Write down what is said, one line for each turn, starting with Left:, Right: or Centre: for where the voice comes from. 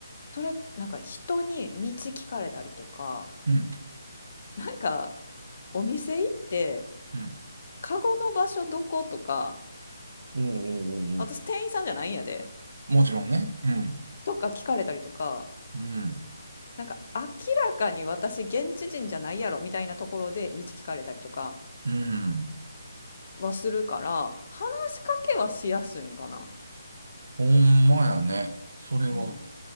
Left: それなんか人に道聞かれたりとか、
Right: うん、
Left: なんかお店行って、
Right: うん。
Left: カゴの場所どことか、
Right: おー、おー、おー、
Left: 私店員さんじゃないんやで、
Right: おー。もちろんね。うん、
Left: とか聞かれたりとか、
Right: うん、
Left: なんか明らかに私現地人じゃないやろみたいなところで道聞かれたりとか
Right: うん。
Left: はするから、話しかけはしやすいんかな。
Right: ほんまやね。それは、
Left: うん。